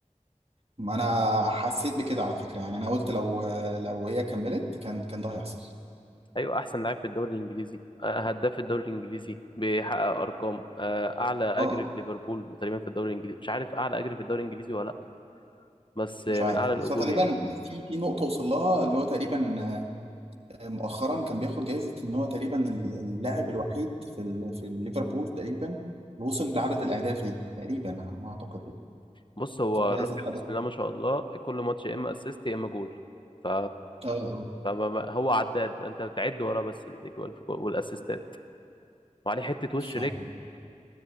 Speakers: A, on the right; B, on the left.
A: ما انا حسيت بكده على فكره يعني انا قلت لو آه، لو هي كملت كان كان ده هيحصل
B: ايوه احسن لاعب في الدوري الانجليزي آه، هداف الدوري الانجليزي بيحقق ارقام آه، اعلى اجر
A: اه اه
B: في ليفربول تقريبا في الدوري الانجليزي مش عارف اعلى اجر في الدوري الانجليزي ولا لا بس
A: مش
B: آه،
A: عارف
B: من اعلى الاجور
A: بس هو تقريبا
B: يعني
A: في في نقطه وصل لها اللي هو تقريبا مؤخرا كان بياخد جايزة ان هو تقريبا اللاعب الوحيد في ال... في ليفربول تقريبا اللي وصل لعدد الاهداف دي تقريبا على ما اعتقد كده.
B: بص هو
A: في جائزة
B: الراجل
A: خدها
B: بسم الله ما شاء الله كل ماتش يا اما اسيست يا اما جول ف
A: اه آه.
B: فما- هو عداد انت بتعد وراه بس الاجوال والاسيستات وعليه حته وش
A: فلو
B: رجل